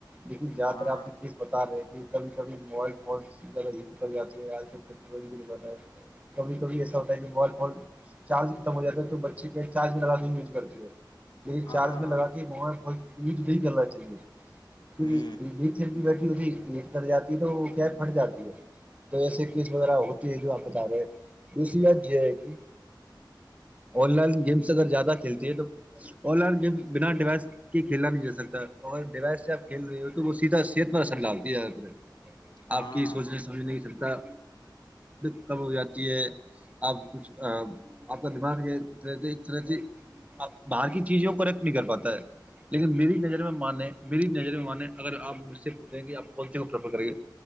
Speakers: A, on the right; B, on the left.
A: لیکن زیادہ
B: ہاں
A: تر آپ نے کیس بتا رہے تھ کبھی کبھی موبائل فونس زیادہ ہیٹ کر جاتے ہیں آج کل ٹیکنالوجی کا زمانہ ہے کبھی کبھی ایسا ہوتا ہے کہ بال فال چارج ختم ہو جاتے ہے تو بچے کے چارج لگاتے یوز کرتے ہے یہ
B: ہاں
A: چارج میں لگا کے وہ یوز نہیں کرنا چاہیے کیونکہ
B: ہوں
A: لیتھیئم بیٹری ہوتی ہے لیک کر جاتی ہے تو وہ پھٹ جاتی ہے تو ایسے کیس وغیرہ ہوتی ہے جو آپ بتا رہے دوسری بات یہ ہے کہ آن لائن گیمس اگر زیادہ کھیلتی ہے تو آن لائن گیم بنا ڈیوائس کی کھیلنا بھی نہیں جا سکتا اور ڈیوائس سے آپ کھیل رہے ہو تو وہ سیدھا صحت پر اثر ڈالتی ہے زیادہ تر
B: ہاں
A: آپ کی سوچنے سمجھنے نہیں سکتا <unintelligible> کب ہو جاتی ہے اب کچھ آپ کا دماغ یہ طرح سے آپ باہر کی چیزوں کو آپ کوئٹ کر پاتا ہے لیکن میری نظر میں مانے میری نظر میں مانے اگر آپ مجھ سے پوچھیں کہ آپ کون کو پرپر کریں گے